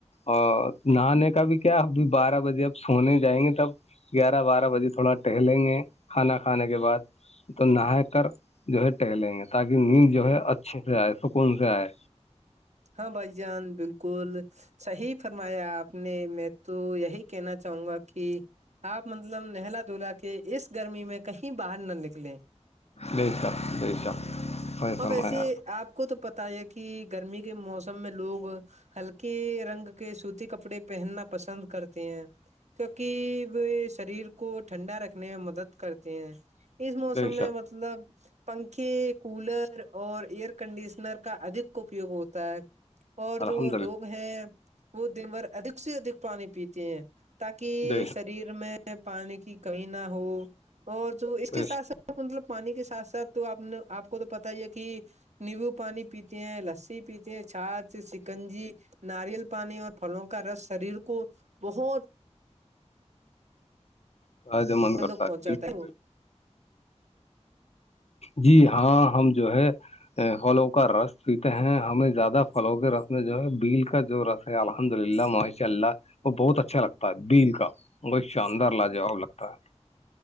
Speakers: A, on the left; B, on the right.
A: اور نہانے کا بھی کیا ابھی بارہ بجے اب سونے جائیں گے تب گیارہ بارہ بجے تھوڑا ٹہلیں گے کھانا کھانے کے بعد تو نہا کر جو ہے ٹہلیں گے تاکہ نیند جو ہے اچھے سے آئے سکون سے آئے
B: ہاں بھائی جان بالکل صحیح فرمایا آپ نے میں تو یہی کہنا چاہوں گا کہ آپ مطلب نہلا دھلا کے اس گرمی میں کہیں باہر نہ نکلیں
A: بے شک بے شک صحیح
B: اور
A: فرمایا
B: ویسے آپ کو تو پتا ہے کہ گرمی کا کے موسم میں لوگ ہلکے رنگ کے سوتی کپڑے پہننا پسند کرتے ہیں کیونکہ وہ شریر کو ٹھنڈا رکھنے میں مدد کرتے ہیں اس موسم
A: بے
B: میں
A: شک
B: مطب مطلب پنکھے کولر اور ایئر کنڈیشنر کا ادھ اپیوگ ہوتا تا ہے اور جو
A: الحمد للہ
B: لوگ ہیں وہ دن بھر ادھک سے ادھک پانی پیتے ہیں تاکہ
A: بے شک
B: شریر میں پانی کی کمی نہ ہو اور جو اس کے
A: بے
B: ساتھ
A: شک
B: ساتھ مطلب پانی کے ساتھ ساتھ تو آپ نے آپ کو تو پتا ہی ہے کہ نیبو پانی پیتی ہیں لسی پیتی چھات سکنجی ناریل پانی اور پھلوں کا رس شریر کو بہت
A: تو ج مند
B: ٹھنڈک
A: کرتا
B: پہنچاتا
A: ہے بالکل <unintelligible> جی ہاں ہم جو ہے پھلوں کا رس پیتے ہیں ہمیں زیادہ پھلوں کے رس میں جو ہے بیل کا جو رس الحمد للہ مش اللہ وہ بہت اچھا لگتا ہے بیل کا <unintelligible> وہ شاندار لاجاب لگتا ہے